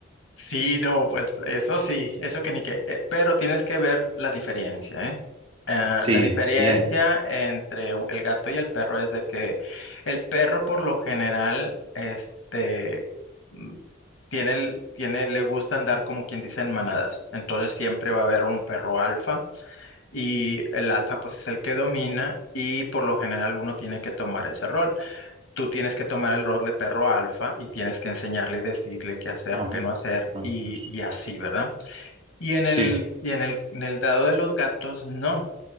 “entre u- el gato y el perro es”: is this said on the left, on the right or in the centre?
Left